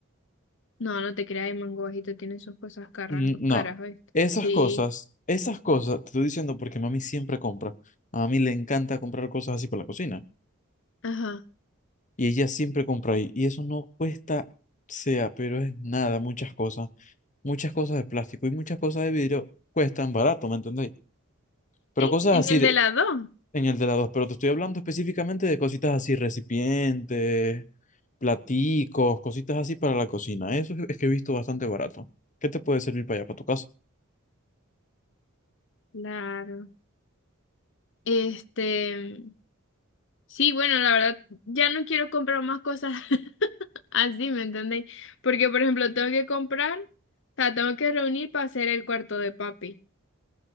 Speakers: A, on the left; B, on the left.
A: No, no te creas, el mango bajito tiene sus cosas caras,
B: Mm, No,
A: caras, ¿oíste?
B: esas
A: Sí,
B: cosas, esas cosas, te estoy diciendo porque mami siempre compra. A mami le encanta comprar cosas así para la cocina
A: ajá.
B: y ella siempre compra ahí y eso no cuesta sea, pero es nada, muchas cosas, muchas cosas de plástico y muchas cosas de vidrio cuestan barato, ¿me entendéis? Pero
A: Sí,
B: cosas
A: en
B: así
A: el
B: de,
A: de las dos.
B: En el de la dos, pero te estoy hablando específicamente de cositas así, recipientes, platicos, cositas así para la cocina. Eso es que he visto bastante barato. ¿Qué te puede servir para allá, para tu casa?
A: Claro. Este. Sí, bueno, la verdad, ya no quiero comprar más cosas <laughs> así, ¿me entendéis? Porque, por ejemplo, tengo que comprar, o sea, tengo que reunir para hacer el cuarto de papi.